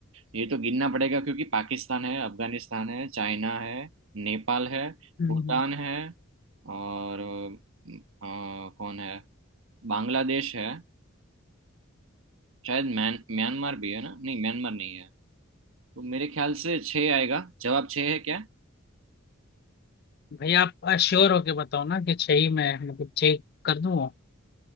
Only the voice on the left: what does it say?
हम्म,
भाई आप श्योर होके बताओ ना कि छः ही मैं मतलब चेक कर दूँ